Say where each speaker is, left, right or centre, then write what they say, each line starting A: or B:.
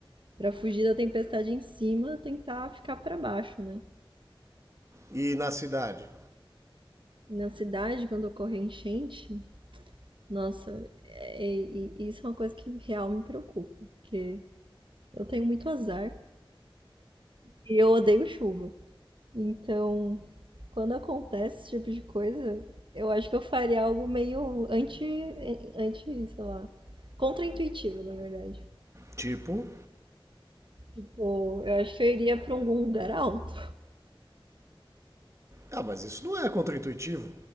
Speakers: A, on the right; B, on the right.
A: Pra fugir da tempestade em cima, tentar ficar pra baixo, né?
B: E na cidade?
A: E na cidade, quando ocorre a enchente, nossa, é- é, e- e isso é uma coisa que real me preocupa, porque eu tenho muito azar e eu odeio chuva. Então, quando acontece esse tipo de coisa, eu acho que eu faria algo meio anti, anti, sei lá, contraintuitivo, na verdade.
B: Tipo,
A: Tipo, eu acho que eu iria pra algum lugar alto.
B: ah, mas isso não é contraintuitivo.